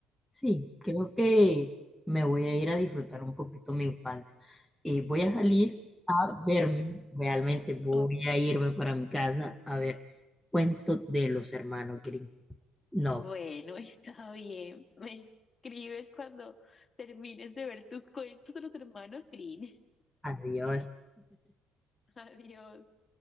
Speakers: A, in the centre; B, on the left (about 20°).
A: sí, creo que me voy a ir a disfrutar un poquito mi infancia. Eh, voy a salir a verme, realmente voy
B: Oh,
A: a irme para mi casa a ver Cuentos de los Hermanos Grimm. No,
B: bueno, <laughs> está bien. Me escribes cuando termines de ver tus cuentos de los hermanos Green.
A: adiós.
B: <laughs> Adiós.